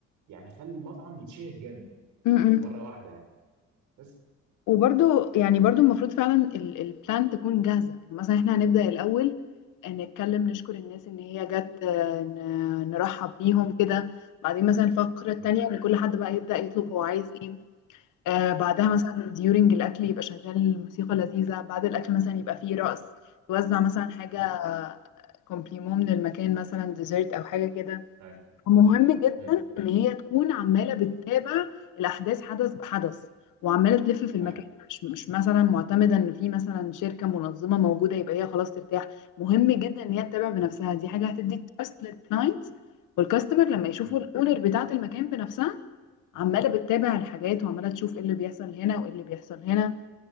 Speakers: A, on the right; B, on the left.
A: يعني هيخلي المطعم يتشهر جامد
B: مم.
A: مره واحده يعني بس
B: وبرضو يعني برضو المفروض فعلا ال- البلان تكون جاهزة يعني مثلا احنا هنبدأ الأول نتكلم نشكر الناس ان هي جت آه، ن- نرحب بيهم كده بعدين مثلا الفقرة التانية
A: مم.
B: ان كل حد بقى يبدأ يطلب هو عايز ايه آه بعدها
A: مم.
B: مثلا ديورنج الأكل يبقى شغال موسيقى لذيذة بعد الأكل مثلا يبقى فيه رقص
A: مم.
B: توزع مثلا حاجة
A: مم.
B: كومبليمون من المكان مثلا ديزرت أو حاجة كده
A: أيوة.
B: ومهم جدا
A: مم.
B: إن هي تكون عمالة بتتابع الأحداث حدث بحدث وعمالة تلف في المكان
A: أيوة.
B: مش مش مثلا معتمدة إن في مثلا شركة منظمة موجودة يبقى هي خلاص ترتاح مهم جدا إن هي تتابع بنفسها دي حاجة هتدي تراست للكلاينت والكاستمر لما يشوفوا
A: مم.
B: الأونر بتاعة المكان بنفسها
A: مم.
B: عماله بتتابع الحاجات وعماله تشوف ايه اللي بيحصل هنا وايه اللي بيحصل هنا